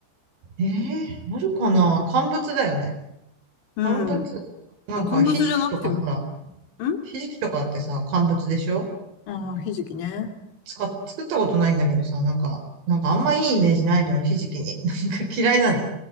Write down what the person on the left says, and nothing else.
うん。
まあ、乾物じゃなくてもいいんだけ
ど。ん
ああー、ひじきね。